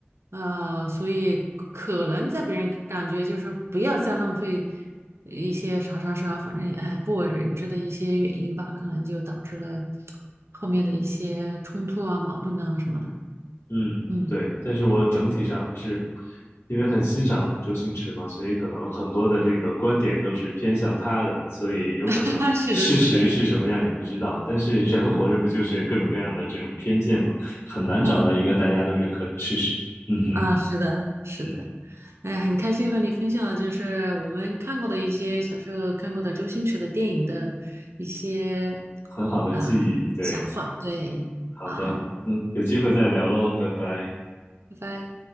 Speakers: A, on the right (about 80°); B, on the left (about 85°).
A: 啊，所以可能在别人感觉就是不要再浪费一些啥啥啥，反正哎不为人知的一些原因吧，可能就导致了后面的一些冲突啊、矛盾啊什么的。
B: 嗯，
A: 嗯，
B: 对。但是我整体上还是因为很欣赏周星驰嘛，所以可能很多的这个观点都是偏向他的，所以有可能事实是什么样也不知道。
A: <laughs> 是的，是的 <laughs>，
B: 但是人活着不就是各种各样的这种偏见嘛，
A: 啊
B: 很难找到一个大家都认可的事实。
A: 嗯
B: 嗯哼，
A: 啊，是的，是的。
B: 嗯，
A: 哎呀，很开心和你分享了，就是我们看过的一些小时候看过的周星驰的电影的。一些。
B: 很好的记忆，
A: 啊、
B: 对。
A: 想法。对，
B: 好的，
A: 好，
B: 嗯，有机会再聊喽，拜拜。
A: 拜拜。